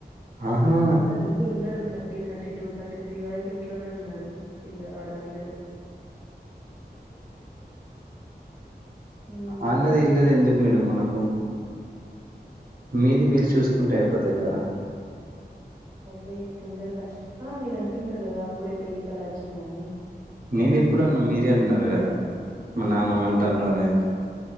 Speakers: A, on the right; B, on the right.
A: ఆహా
B: కొంత మంది ఉన్నారు thirty thirty two thirty three వరకు ఇంట్లోనే ఉన్నారు పిల్ల ఆడపిల్లలు ఉమ్,
A: ప్చ్ ఆ మేడం మనకు మీది మీరు చూసుకుంటే అయిపోతాదా
B: అదే తొందరగా ఆ మీరు అంటున్నారు కదా అప్పుడే పెళ్లి కల వచ్చిందని
A: నేను ఎప్పుడు అన్నా మీరే అన్నారు కదా. మా
B: ఆ,
A: నాన్నమ్మ
B: ఇప్పుడే
A: అంటావునదా
B: అన్నారు కదా
A: ఏంటి